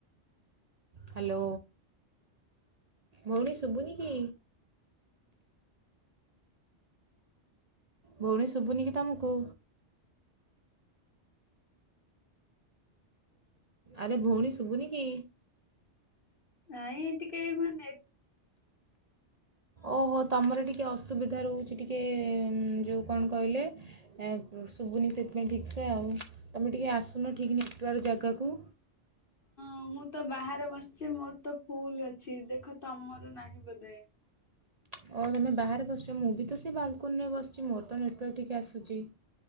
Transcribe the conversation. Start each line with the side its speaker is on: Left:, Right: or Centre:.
Right: ହାଲୋ ଭଉଣୀ ଶୁଭୁନି କି? ଭଉଣୀ ଶୁଭୁନି କି ତମକୁ? ଆରେ ଭଉଣୀ ଶୁଭୁନି କି?
Left: ନାଇଁ ଟିକେ ମାନେ ନେଟ
Right: ଓହୋ ତମର ଟିକିଏ ଅସୁବିଧା ରହୁଚି ଟିକେ ଯେଉଁ କଣ କହିଲେ ଏ ଶୁଭୁନି ସେଥିପାଇଁ ଠିକସେ ଆଉ। ତୁମେ ଟିକେ ଆସୁନ ଠିକ୍ ନେଟୱାର୍କ ଜାଗାକୁ।
Left: ହଁ ମୁଁ ତ ବାହାରେ ବସିଚି ମୋର ତ ଫୁଲ ଅଛି। ଦେଖ ତମର ନାହିଁ ବୋଧେ?
Right: ଓ ହୋ ତମେ ବାହାରେ ବସିଚ। ମୁଁ ବି ତ ସେ ବାଲକୁନି ରେ ବସିଚି। ମୋର ତ ନେଟୱାର୍କ ଠିକ୍ ସେ ଆସୁଚି।